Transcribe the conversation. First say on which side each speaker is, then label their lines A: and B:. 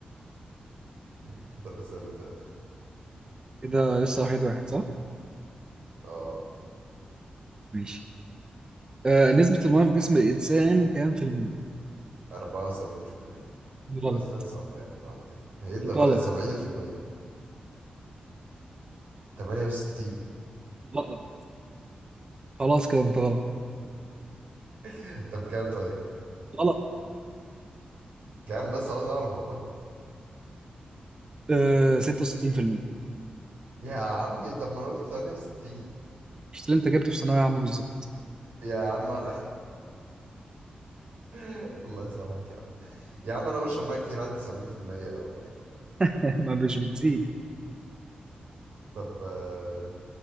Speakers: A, on the right (about 90°); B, on the right (about 30°).
A: <laughs> طب اسال انت
B: كده لسه واحد واحد صح؟
A: اه
B: ماشي آه نسبة المياه في جسم الإنسان كام في المية؟
A: 74% تجيب
B: غلط
A: أسئلة صعبة يعني بعد كده هي اللي
B: غلط
A: 70% 68
B: غلط خلاص كده أنت غلط
A: <laughs> طب كام طيب؟
B: غلط
A: كام بس عاوز أعرف والله
B: آه 66%
A: يا عمي طب ما أنا قلت 68
B: مش اللي أنت جبته في ثانوية عامة بالظبط
A: يا عم أنا <laughs> الله يسامحك يا عم يا عم أنا بشرب مية كتير عندي 70% أو مية
B: <laughs> ما مش بتزيد
A: طب آه،